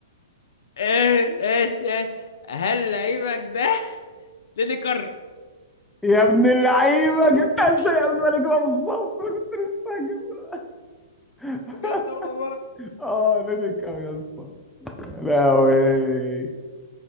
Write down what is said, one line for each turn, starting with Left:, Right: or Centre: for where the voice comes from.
Left: ايه ايش ايش هل لعيبك ده <laughs> لينيكر
Centre: يا ابن اللعيبه
Left: <laughs>
Centre: جبتها ازاي قبل ما انا اجيبها بالظبط انا كنت لسه هجيبها <laughs>
Left: بجد والله
Centre: اه لينيكا يا اسطى يا لهوي